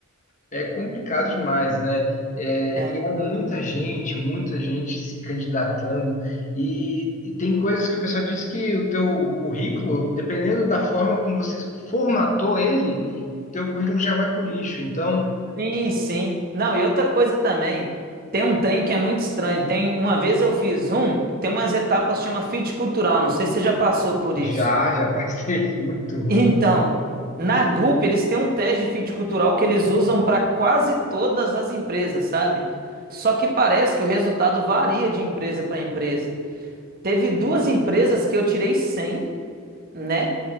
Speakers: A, on the left (about 35°); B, on the right (about 40°).
A: É complicado demais, né? É,
B: É.
A: e há muita gente, muita gente se candidatando. E, e tem coisas que o pessoal diz que o teu currículo, dependendo da forma como você formatou ele, teu currículo já vai pro lixo. Então,
B: Sim, sim. Não, e outra coisa também, tem um trem que é muito estranho. Tem, uma vez eu fiz um, tem umas etapas que chama fit cultural, não sei se você já passou por isso.
A: já, já passei. <laughs> Muito ruim.
B: Então, na Gulp eles têm um teste de fit cultural que eles usam para quase todas as empresas, sabe? Só que parece que o resultado varia de empresa para empresa. Teve duas empresas que eu tirei cem né?